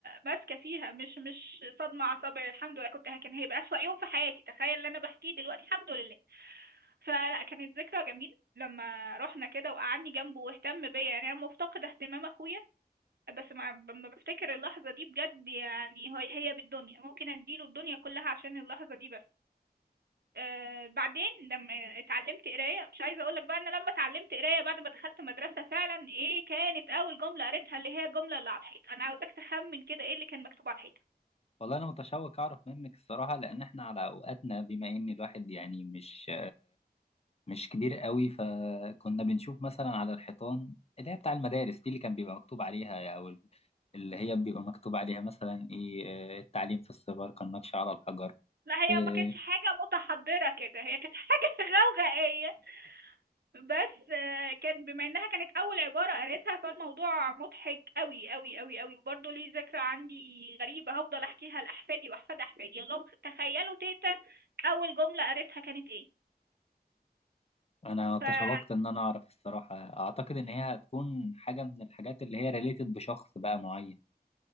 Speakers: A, on the right (about 75°); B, on the left (about 40°).
A: ماسكة فيها مش مش صدمة عصبية الحمد لله كنت كان هيبقى أسوأ يوم في حياتي تخيل اللي أنا بحكيه دلوقتي الحمد لله فلا كانت ذكرى جميلة لما رحنا كده وقعدني جنبه واهتم بيا يعني أنا مفتقدة اهتمام أخويا بس ما لما بفتكر اللحظة دي بجد يعني هو هي بالدنيا ممكن اديله الدنيا كلها عشان اللحظة دي بس آه بعدين لما اتعلمت قراية مش عايزة اقولك بقى انا لما اتعلمت قراية بعد ما دخلت مدرسة فعلا ايه كانت اول جملة قريتها اللي هي الجملة اللي على الحيط انا عاوزاك تخمن كده ايه اللي كان مكتوب على الحيطة
B: والله انا متشوق اعرف منك الصراحه لان احنا على اوقاتنا بما ان الواحد يعني مش مش كبير قوي فكنا بنشوف مثلا على الحيطان اللي هي بتاع المدارس دي اللي كان بيبقى مكتوب عليها او اللي هي بيبقى مكتوب عليها مثلا ايه آه، التعليم في الصغر كالنقش على الحجر
A: لا هي
B: و-
A: ما كانتش حاجة متحضرة كده هي كانت حاجة <laughs> غوغائية بس آه، كان بما انها كانت اول عبارة قالتها فالموضوع مضحك قوي قوي قوي قوي وبرضه ليه ذكرى عندي غريبة هفضل احكيها لاحفادي واحفاد احفادي اللهم تخيلوا تيتا اول جملة قالتها كانت ايه
B: انا
A: فهي
B: <laughs> تشوقت ان انا اعرف الصراحه اعتقد ان هي هتكون حاجه من الحاجات اللي هي ريليتد بشخص بقى معين